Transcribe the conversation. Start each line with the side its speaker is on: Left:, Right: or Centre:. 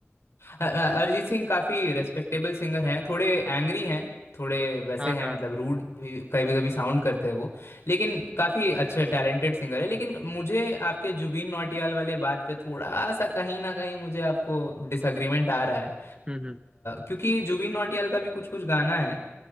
Left: अ- अ- अरिजीत सिंह काफी रेस्पेक्टेबल सिंगर हैं थोड़े एंग्री हैं थोड़े वैसे
Right: हाँ
Left: हैं
Right: हाँ
Left: मतलब रूड भी कभी कभी साउंड करते हैं वो लेकिन काफी अच्छे टैलेंटेड सिंगर है लेकिन मुझे आपके जुबिन नौटियाल वाले बात पे थोड़ा सा कहीं ना कहीं मुझे आपको डिसएग्रीमेंट आ रहा है अ,
Right: हम्म हम्म
Left: क्योंकि जुबिन नौटियाल का भी कुछ कुछ गाना है अ,